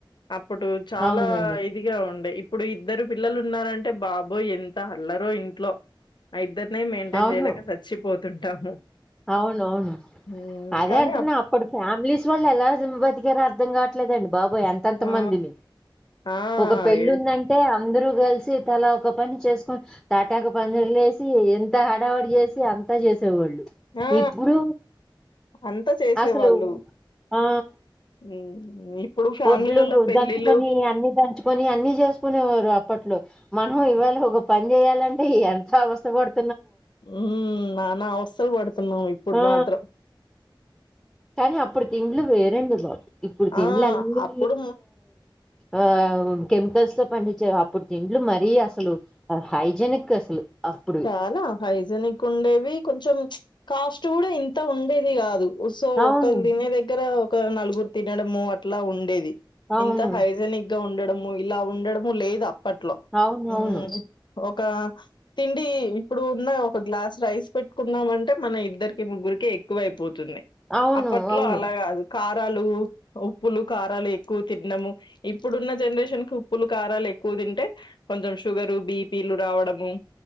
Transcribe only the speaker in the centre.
అవునండి
అవును
అవునవును
అదే
అంటున్నా
అప్పుటి ఫ్యామిలీస్ వాళ్ళు ఎలా బతికరో అర్థం కావట్లేదండి బాబోయ్ అంతంత
మందిని
ఒక పెళ్ళిందంటే
అందరు కలిసి తలా ఒక పని చేసుకోని తాటాకు పందిర్లు లేసి ఎంత హడావిడి చేసి అంతా చేసేవాళ్ళు
ఇప్పుడు
అసలు ఆ
ఒడ్లు
దంచుకొని అన్ని దంచుకొని అన్ని చేసుకునేవారు అప్పట్లో మ ఇవాళ ఒక పని చేయాలంటే ఎంత అవస్థ పడ్
ఆ
కానీ అప్పుడు తిండ్లు వేరండి బాబు ఇప్పుడు తిండ్లు
అన్నీ
ఆ కెమికల్స్ తో పండించే అప్పుడు తిండ్లు మరీ అసలు హైజినిక్ అసలు అప్పుడు
అవును
అవును
అవును అవును
అవును
అవును